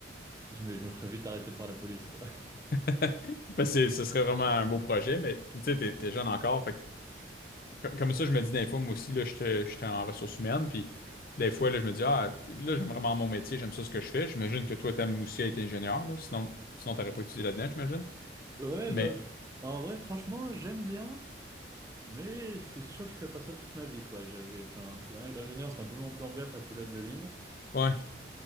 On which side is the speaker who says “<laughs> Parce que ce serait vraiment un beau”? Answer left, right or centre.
Left